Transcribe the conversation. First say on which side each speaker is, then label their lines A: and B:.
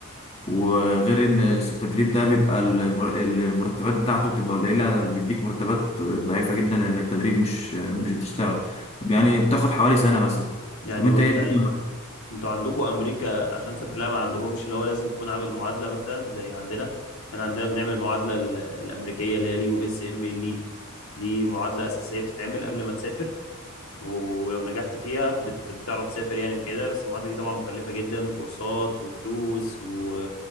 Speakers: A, on the left; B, on the left.
A: وغير ان التدريب ده بيبقى المر- المرتبات بتاعته بتبقى قليله بيديك مرتبات ضعيفه جدا لانك تدريب مش مش بتشتغل يعني بتاخد حوالي سنه مثلا
B: يعني
A: طب انت
B: بص-
A: ايه الدنيا
B: يعني
A: معاك؟
B: انتوا عندكم امريكا عشان تسافر لها ما عندكمش اللي هو لازم تكون عامل معادله مثلا زي عندنا يعني عندنا بنعمل معادله ال- الامريكيه اللي هي اليو اس ام ال دي معادله اساسيه بتتعمل قبل ما تسافر و- ولو نجحت فيها بت- بتعرف تسافر يعني وكده بس المعادلة دي طبعا مكلفة جدا كورسات وفلوس و...